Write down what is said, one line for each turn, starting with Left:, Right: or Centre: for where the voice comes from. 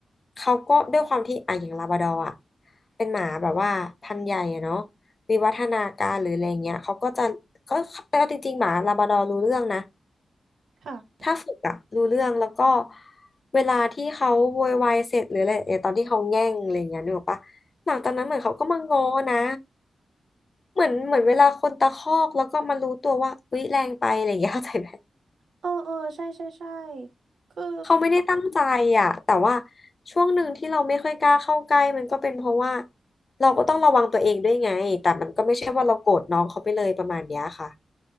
Left: เขาก็ด้วยความที่อะอย่างลาบราดอร์อะเป็นหมาแบบว่าพันธุ์ใหญ่อะเนาะวิวัฒนาการหรืออะไรเงี้ยเขาก็จะก็เอาจริงๆหมาลาบราดอร์รู้เรื่องนะ
Right: ค่ะ
Left: ถ้าฝึกอะรู้เรื่องแล้วก็เวลาที่เขาโวยวายเสร็จหรืออะไรเนี่ยตอนที่เขาแง่งอะไรอย่างเงี้ยนึกออกปะหลังจากนั้นเหมือนเขาก็มาง้อนะเหมือนเหมือนเวลาคนตะคอกแล้วก็มารู้ตัวว่าอุ๊ยแรงไปอะไรอย่างเงี้ย <laughs> เข้าใจไหม
Right: เออเออใช่ใช่ใช่คือ
Left: เขาไม่ได้ตั้งใจอะแต่ว่าช่วงหนึ่งที่เราไม่ค่อยกล้าเข้าใกล้มันก็เป็นเพราะว่าเราก็ต้องระวังตัวเองด้วยไงแต่มันก็ไม่ใช่ว่าเราโกรธน้องเขาไปเลยประมาณเนี้ยค่ะ